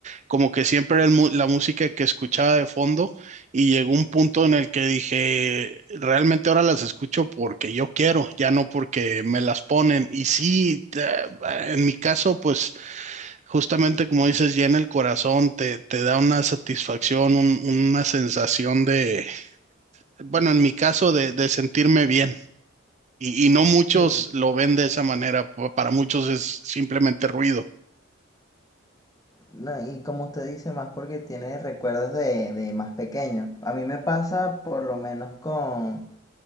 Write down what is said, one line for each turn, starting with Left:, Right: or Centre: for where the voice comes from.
Right: como que siempre era el mu- la música que escuchaba de fondo y llegó un punto en el que dije, realmente ahora las escucho porque yo quiero, ya no porque me las ponen. Y sí, te- en mi caso, pues... Justamente como dices, llena el corazón, te, te da una satisfacción, un- una sensación de, bueno, en mi caso, de, de sentirme bien. Y, y no muchos
Left: Sí.
Right: lo ven de esa manera, pa- para muchos es simplemente ruido.
Left: No, y como usted dice, más porque tiene recuerdos de, de más pequeño. A mí me pasa por lo menos con